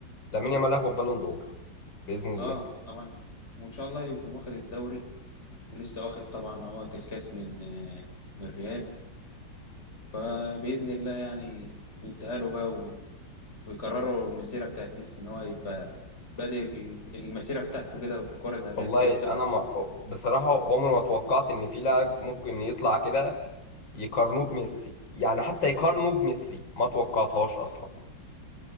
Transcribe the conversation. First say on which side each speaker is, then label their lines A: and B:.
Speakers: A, on the left; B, on the left.
A: لامين يامال هياخد بالون دور باذن الله
B: اه طبعا وان شاء الله يكون واخد الدوري ولسه واخد طبعا هو الكاس من آه، من ريال آه، باذن الله يعني يديها له بقى ويكرروا المسيرة بتاعت ميسي إن هو يبقى بادئ المسيرة بتاعته كده في كرة ذهبية
A: والله
B: كده يفتحها
A: انا ما بصراحه عمري ما توقعت ان في لاعب ممكن يطلع كده يقارنوه بميسي يعني حتى يقارنوه بميسي ما توقعتهاش اصلا